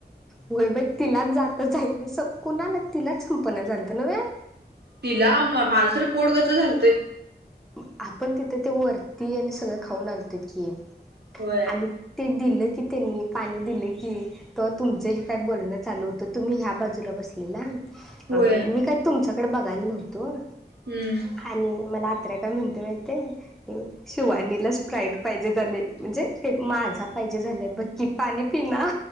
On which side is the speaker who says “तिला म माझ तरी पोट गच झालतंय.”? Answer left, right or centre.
Right